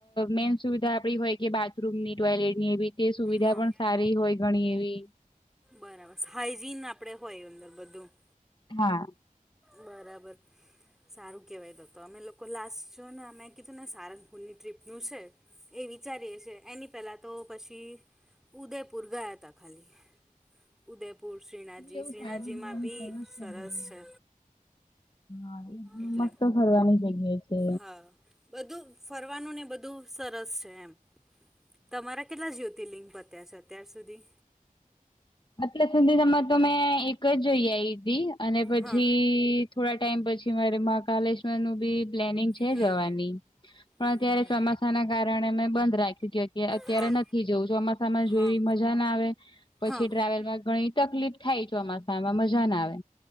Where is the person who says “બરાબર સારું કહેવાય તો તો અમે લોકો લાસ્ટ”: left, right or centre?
Centre